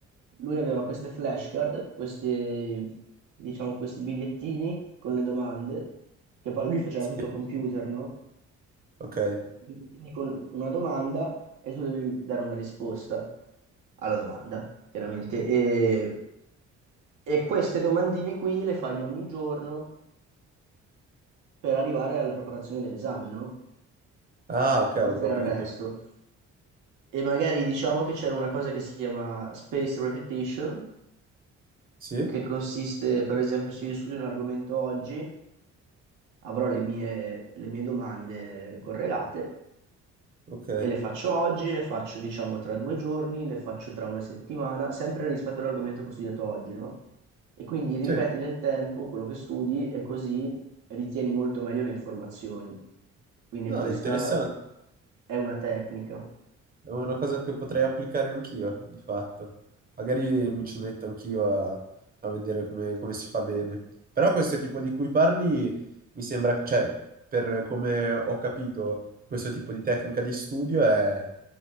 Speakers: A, on the right (about 85°); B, on the right (about 30°).
A: Lui aveva queste flashcard, questi, diciamo, questi bigliettini con le domande, che poi lui faceva
B: Sì,
A: tutto a computer, no?
B: ok.
A: Bigliettini con una domanda e tu devi dare una risposta alla domanda, chiaramente. E, e queste domandine qui le fai ogni giorno per arrivare alla preparazione dell'esame, no?
B: Ah, ok, ho
A: Oltre
B: capito.
A: al resto. E magari diciamo che c'era una cosa che si chiama spaced repetition,
B: Sì?
A: che consiste, per esempio, se io studio un argomento oggi, avrò le mie, le mie domande correlate
B: Ok.
A: E le faccio oggi, le faccio diciamo tra due giorni, le faccio tra una settimana, sempre rispetto all'argomento che ho studiato oggi, no? E quindi ripeti
B: Sì.
A: nel tempo quello che studi e così ritieni molto meglio le informazioni. Quindi
B: Ah,
A: questa
B: interessante.
A: è una tecnica.
B: È una cosa che potrei applicare anch'io, di fatto. Magari mi ci metto anch'io a, a vedere come, come si fa bene. Però questo tipo di cui parli mi sembra, che- cioè, per come ho capito, questo tipo di tecnica di studio è